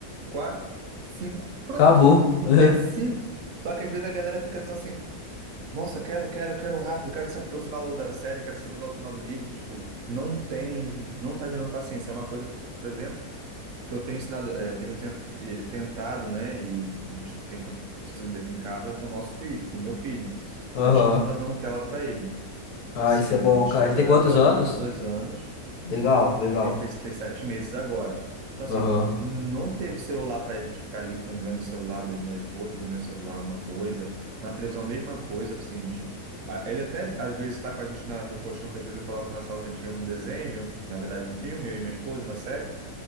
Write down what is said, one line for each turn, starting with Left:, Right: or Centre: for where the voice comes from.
Right: quatro, cinco, pronto.
Left: acabou.
Right: Não-
Left: <laughs>
Right: É cinco. Só que às vezes a galera fica tão assim, nossa, quero, quero, quero rápido, quero saber o final logo da série, quero saber logo o final do livro. Tipo, não tem, não tá gerando paciência. É uma coisa, por exemplo que eu tenho ensinado, é, tenho ten- e- tentado, né, e a gente tem conseguido aqui em casa com o nosso filho, com o meu filho.
Left: Aham.
Right: A gente não está dando tela para ele. Então,
Left: Ah,
Right: assim,
Left: isso é bom,
Right: a gente
Left: cara.
Right: só
Left: Ele
Right: quer
Left: tem
Right: dar
Left: quantos
Right: tela
Left: anos?
Right: depois de dois anos.
Left: Legal, legal.
Right: Ele tem, fez, fez sete meses agora. Então, assim,
Left: Aham.
Right: não teve celular para ele de ficar ali com, vendo o celular da minha esposa, do meu celular, alguma coisa. Na televisão, mesma coisa, assim, de a- Ele até às vezes está com a gente na- no colchão, que às vezes eu coloco na sala para a gente ver um desenho, ver um fi- na verdade um filme, eu e minha esposa, uma série.